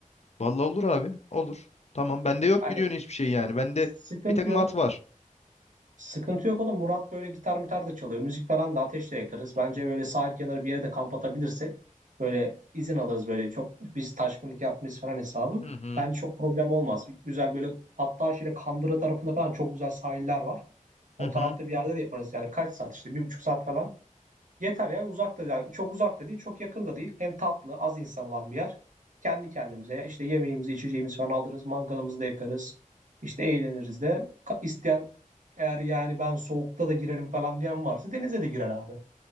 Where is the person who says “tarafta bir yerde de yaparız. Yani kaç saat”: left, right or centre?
Right